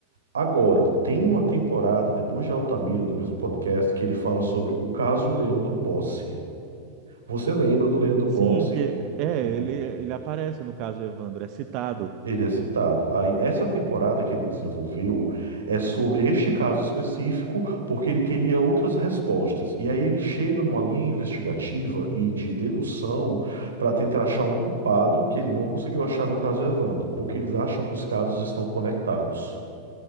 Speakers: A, on the right; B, on the right.
A: Agora, tem uma temporada depois de Altamira, do mesmo podcast, que ele fala sobre o caso Leandro Bossi. Você lembra do Leandro Bossi?
B: Sim, que é,
A: Então,
B: ele, ele aparece no caso Evandro, é citado.
A: Ele é citado. Aí, essa temporada que ele desenvolveu é sobre este caso específico, porque ele queria outras respostas. E aí ele chega numa linha investigativa e de dedução para tentar achar um culpado que ele não conseguiu achar no caso Evandro, porque eles acham que os casos estão conectados.